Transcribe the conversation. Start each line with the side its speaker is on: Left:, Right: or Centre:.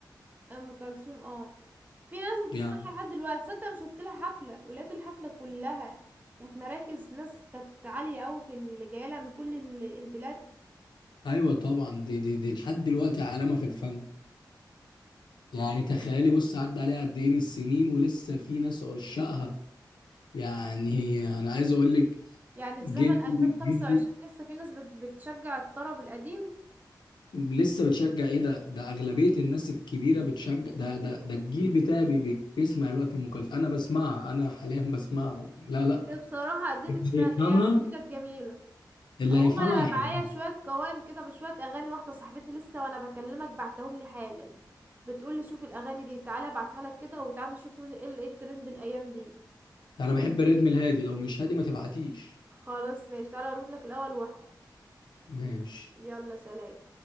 Right: ام كلثوم اه في ناس بتسمعها
Left: يعني
Right: لحد دلوقتي صدق انا شفت لها حفله ولاد الحفله كلها كانت مراكز ناس كانت عاليه قوي في اللي جايه لها من كل ال- البلاد
Left: أيوة طبعا دي دي دي لحد دلوقتي علامة في الفن يعني تخيلي بص عدى عليها قد إيه من السنين ولسه في ناس عشاقها يعني أنا عايز أقول لك
Right: يعني
Left: جدي
Right: في زمن 2025
Left: جدي
Right: لسه في ناس بت- بتشجع الطرب القديم
Left: لسه بتشجع ايه ده ده اغلبيه الناس الكبيره بتشجع ده ده ده الجيل بتاعي بي- بي- بيسمع الوقت ام كلثوم انا بسمعها انا حاليا بسمعها لا لا
Right: بصراحه قدمت فن
Left: يفهمها
Right: هي ست كانت جميله
Left: اللي
Right: عموما
Left: هيفهمها
Right: انا
Left: يحبها
Right: معايا شويه قوائم كده بشويه اغاني واحده صاحبتي لسه وانا بكلمك بعتهم لي حالا بتقول لي شوف الاغاني دي تعالى ابعتها لك كده وتعالى نشوف مين- ايه ال- إيه الترند الايام دي
Left: انا بحب الريتم الهادي لو مش هادي ما تبعتيش
Right: خلاص ماشي تعالى اوريهم لك الاول واحكم
Left: ماشي
Right: يلا سلام